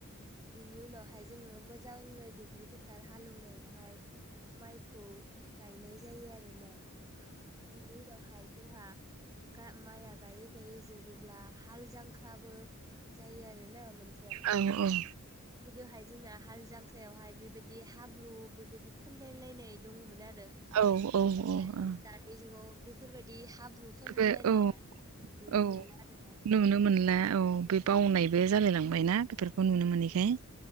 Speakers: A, on the right (about 15°); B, on the right (about 75°).
A: बिनि उनावहाय जोङो मोजाङै दुब्लि फोथार हालेवनायावहाय माइखौ गायनाय जायो आरोना। बेनि उनावहाय जोंहा माइया गायै गायै जोबोब्ला हाल जांख्राबो जायो आरो ना मोनसे
B: औ औ
A: गोदोहाय जोंना हाल जांख्रायावहाय बेबायदि हाब्रु बेबायदि फुनलाय लायनाय दङमोन आरो
B: औ
A: नाथाय
B: औ
A: दानि जुगाव बेफोरबायदि हाब्रु फोनलायनाया
B: बे औ
A: नुनो
B: औ
A: मोनला आरोना
B: नुनो मोनला औ बे बावनायबो जालायलांबायनाा बेफोरखौ नुनो मोनैखाय।